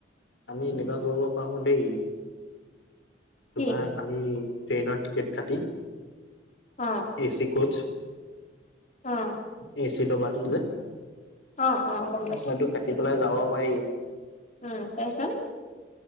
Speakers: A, on the left; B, on the left.
A: আমি এনেকুৱা কৰিব পাৰো দেই
B: কি
A: তোমাৰ আমি ট্ৰেইনৰ টিকেট কাটি
B: অ'।
A: এ চি কচ
B: অ।
A: এ চি দবাটো যে,
B: অ অ গম পাইছো
A: সেইটো কাটি পেলাই যাব পাৰি।
B: উম, তাৰপাছত।